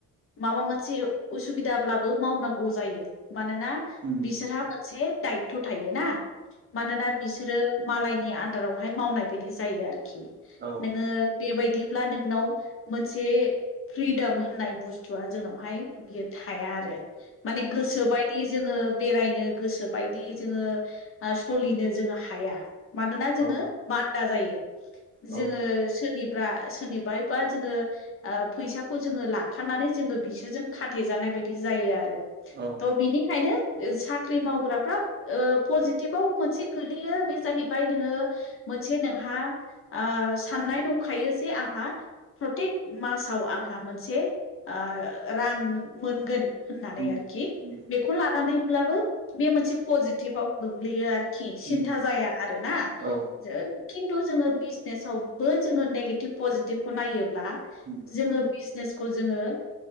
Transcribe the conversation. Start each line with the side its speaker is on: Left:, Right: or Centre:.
Left: माबा मोनसे उसुबिदाब्लाबो मावनांगौ जायो मानोना
Right: उम उम
Left: बिसोरहा मोनसे दायथ थायो ना मानोना बिसोरो मालायनि आन्दारावहाय मावनाय बायदि जायो आरोखि
Right: औ
Left: नोङो बेबायदि ब्ला नोंनाव मोनसे फ्रिदाम होननाय बुस्थुआ जोंनावहाय बियो थाया आरो। माने गोसोबायदि जोङो बेरायनो गोसोबायदि जोङो सोलिनो जोङो हाया मानोना जोङो
Right: औ
Left: बान्दा जायो। जोङो
Right: औ
Left: सो सोरनिब सोरनिबाबा जोङो फैसाखौ जोङो लाखानानै जोङो बिसोरजों खाथे जायो। नाय बादि जायो आरो
Right: औ
Left: थ बिनिखायनो साख्रि मावग्राफ्रा बिदिबाव मोनसे गोलैयो बे जाहैबाय नोङो मोनसे नोंहा साननाय दं। बुंखायो जे आंहा प्रतेक मासाव आंहा मोनसे ओ रां मोनगोन। होननानै
Right: उम
Left: आरोखि
Right: उम
Left: बेखौ लानानैब्लाबो बे मोनसे पजिटिभाव गोग्लैयो आरोखि। खि सिन्था
Right: उम
Left: जाया आरो ना
Right: औ
Left: ओ खि नथु बिजनेस‌आवबो जोंङो नेगेटिभ पजिटिभखौ नायोब्ला
Right: उम
Left: जोंङो बिजनेस खौ जोंङो